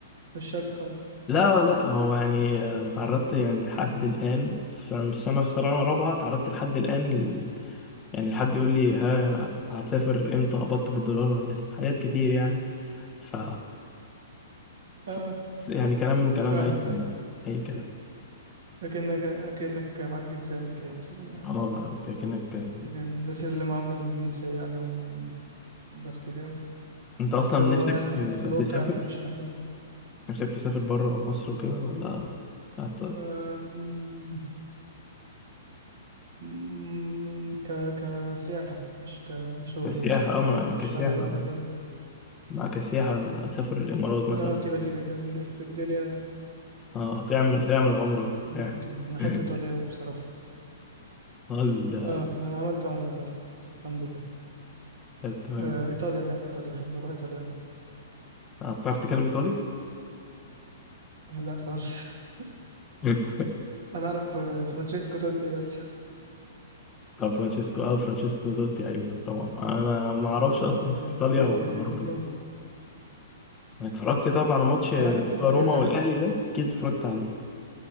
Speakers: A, on the right; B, on the left.
A: مش شرط خالص
B: لا لا هو يعني آه، تعرضت يعني لحد الآن فمش أنا في سنة رابعة تعرضت لحد الآن يعني الحد يقول لي ها هتسافر امتى قبضت بالدولار ولا لسه حاجات كتير يعني ف...
A: <laughs>
B: ف... يعني كلام كلام
A: فاهم
B: اي كلام
A: فاهم
B: اي كلام
A: أكنك أكنك معاك جنسية أمريكية مثلا ولا حاجة
B: اه انت كأنك
A: يعني الناس اللي معاهم الجنسية عليهم ضغط جامد
B: انت اصلا
A: بس
B: نفسك
A: هو في الواقع
B: تسافر
A: مفيش حاجة يعني
B: نفسك تسافر بره مصر وكده ولا هت-
A: أم، أم، ك كسياحة مش كشغل
B: كسياحة
A: وكده
B: اه ما ما
A: مش
B: كسياحة
A: عايز أبعد
B: أنا-
A: أوي يعني.
B: ما كسياحة انا اسافر الامارات مثلا
A: اه كده
B: كده
A: كده كان نلف في الدنيا
B: اه تعمل تعمل عمرة
A: ممكن
B: يعني
A: أنا أحب
B: <laughs>
A: إيطاليا أوي بصراحة
B: اه ال-
A: اه أنا عملت عمرة فعلا الحمد لله
B: طيب تمام
A: آه إيطاليا أنا أحب إيطاليا أحب أروح إيطاليا أوي
B: آه، بتعرف تتكلم ايطالي؟
A: لا خالص <laughs>
B: <laughs>
A: أنا أعرف آه، فرانشيسكو توتي بس
B: طب فرانشيسكو اه فرانشيسكو زوتي ايوه طبعا انا ما ما اعرفش اصلا
A: آه،
B: في ايطاليا
A: دوت
B: وما اعرف كده
A: روم
B: أنا اتفرجت طب على ماتش اللي
A: وانا احب ال...
B: هو روما
A: يعني
B: والاهلي
A: أح-
B: ده اكيد اتفرجت عليه